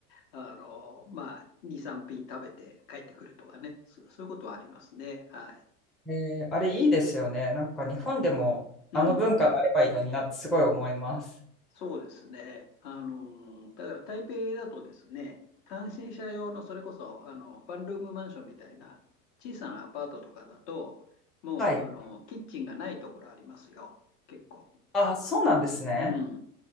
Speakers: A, on the left; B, in the centre.
A: あの、まあ、2、3品食べて帰ってくるとかね、そそういうことはありますね。はい。
B: えーあれいいですよねなんか日本でもあの文化があればいいのになってすごい思います。
A: うん。そうですね。あの、だから台北だとですね、単身者用のそれこそ、あの、ワンルームマンションみたいな小さなアパートとかだと、もう、
B: はい
A: あの、キッチンがないところありますよ。結構。
B: あそうなんですね。
A: うん。だ